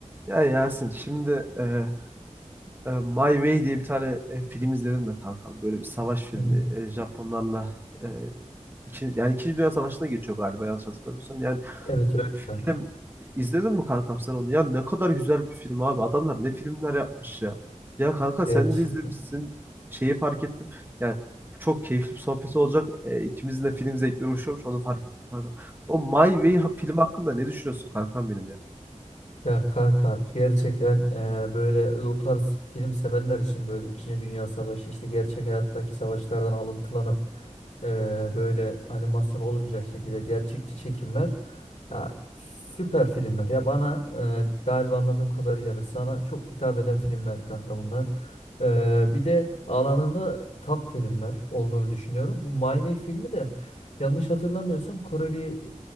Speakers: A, on the right; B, on the left.
A: Ya Yasin şimdi e, e, My Way diye bir tane e, film izledim de kankam. Böyle bir savaş filmi.
B: Hmm,
A: E, Japonlarla e, iki, yani İkinci Dünya Savaşı'na geçiyor galiba yanlış hatırlamıyorsam. Yani
B: Evet öyle
A: film
B: kanka.
A: izledin mi kankam sen onu? Ya ne kadar güzel bir film abi. Adamlar ne filmler yapmış ya. Ya kanka
B: Gerçekten.
A: sen de izlemişsin. Şeyi fark ettim. Yani çok keyifli bir sohbet olacak. E, ikimizin de film zevkleri uyuşuyormuş onu fark ettim kankam. O My Way ha- film hakkında ne düşünüyorsun kankam benim ya?
B: Ya kanka gerçekten eee, böyle o tarz film sevenler için böyle İkinci Dünya Savaşı işte gerçek hayattaki savaşlardan alıntılanıp eee, böyle animasyon olmayacak şekilde gerçekçi çekimler ya süper filmler. Ya bana eee, galiba anladığım kadarıyla da sana çok hitap eden filmler kanka bunlar. Eee, bir de alanında top filmler olduğunu düşünüyorum. Bu My Way filmi de Yanlış hatırlamıyorsam Koreli